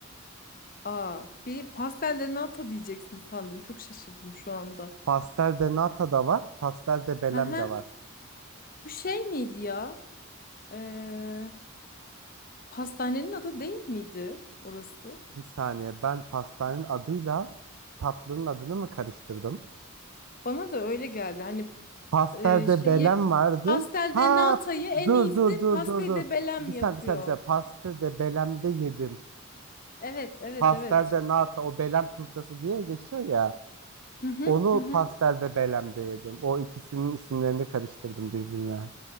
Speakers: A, on the left; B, on the right.
A: Aa, bir pastellerini nata diyeceksin sandım. Çok şaşırdım şu anda.
B: Pastel de nata da var. Pastel de belem
A: Aha,
B: de var.
A: bu şey miydi ya? Ee, pastanenin adı değil miydi orası?
B: Bir saniye ben pastanenin adıyla tatlının adını mı karıştırdım?
A: Bana da öyle geldi. Hani
B: Pasterde
A: e, şeyi
B: Belen vardı.
A: pastelde
B: Ha
A: Nata'yı en
B: dur
A: iyisi
B: dur dur
A: pastede
B: dur dur.
A: Belem
B: Bir saniye
A: yapıyor.
B: bir saniye bir saniye. Pastede Belem'de yedim.
A: Evet, evet,
B: Pasterde
A: evet.
B: nata o Belem turtası diye geçiyor ya.
A: Hı hı,
B: Onu
A: hı hı.
B: pasterde Belem'de yedim. O ikisinin isimlerini karıştırdım birbirine.